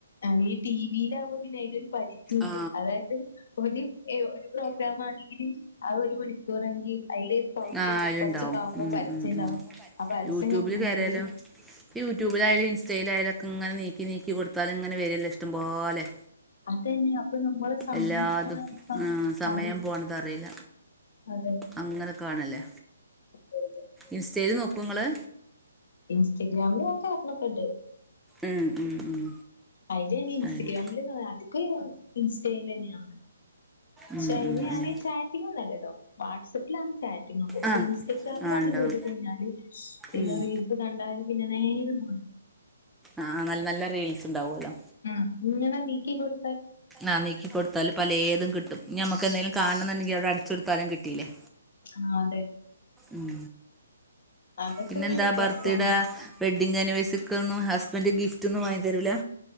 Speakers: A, on the left (about 50°); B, in the centre.
A: അ ഇ ടി വിലാവുമ്പൊ പിന്നയ്ന്റൊരു പരിധി ഉണ്ട്
B: ആ
A: അതായത് ഒരു എ ഒരു പ്രോഗ്രാമാണെങ്കില് ആ ഒരു മണിക്കൂറെങ്കി അയ്ല് പൗതി
B: ആ അതിലുണ്ടാവും
A: കൊർച്ചൊക്കാകുമ്പോ
B: ഉം
A: പരസ്യണ്ടാവും
B: ഉം ഉം
A: ആ പരസ്യം
B: യൂട്യൂബിൽ
A: കാണേണ്ടി
B: കയറിയാലോ
A: വെരും
B: യൂട്യൂബിലായാലും ഇൻസ്റ്റയിലായാലൊക്കെങ്ങനെ നീക്കി നീക്കി കൊടുത്താല് ഇങ്ങനെ വെരല്ലേ ഇഷ്ടം പോലേ
A: അതന്നെ അപ്പൊ നമ്മളെ സമയം
B: എല്ലാതും
A: പോണ കാണില്ല.
B: ഉം സമയം
A: അത്
B: പോണത് അറില്ല
A: അതെ
B: അങ്ങനെ കാണല്ലേ
A: അതെ അതെ
B: ഇൻസ്റ്റേല് നോക്കോ ങ്ങള്
A: ഇൻസ്റ്റഗ്രാമില് ഞാൻ കേറലൊക്കെ ഇണ്ട്
B: ഉം ഉം ഉം
A: അയ്നാണ് ഇൻസ്റ്റഗ്രാമില്
B: അതന്നെ
A: <unintelligible> ക്കെ ഇൻസ്റ്റേലെന്ന്യ
B: ഉം
A: ഷേ അയ്ല്
B: ഉം
A: ഞാന്
B: ഉം
A: ചാറ്റ് <unintelligible> അല്ലട്ടോ വാട്സ്സപ്പിലാണ് ചാറ്റ് <unintelligible> പക്ഷെ
B: ആ
A: ഇൻസ്റ്റഗ്രാമിലാണ്ട്
B: ആ ഉണ്ടാവും
A: കേറി കയ്ഞ്ഞാല് എല്ലാ
B: ഉം
A: റീൽ ത് കണ്ടാല് പിന്നെ നേരം
B: ആ നല്ല നല്ല റീൽസ്ണ്ടാവുലൊ
A: ആ ഇങ്ങനെ നീക്കിക്കൊട്
B: ആ നീക്കികൊടുത്താല് പലേതുംകിട്ടുംഞമ്മക്കെന്തേലും കാണംന്ന്ണ്ടെങ്കിഅവടെ അടിച്ചൊട്ത്താലും കിട്ടീലേ
A: ആ അതെ
B: ഉം
A: അതൊക്കെ
B: പിന്നെന്താ
A: ഒരു
B: ബർത്തിട
A: രസാണ്
B: വെഡിങ്ങാനുവേഴ്സറിക്കൊന്നും ഹസ്ബന്റ് ഗിഫ്റ്റൊന്നും വാങ്ങി തെരൂല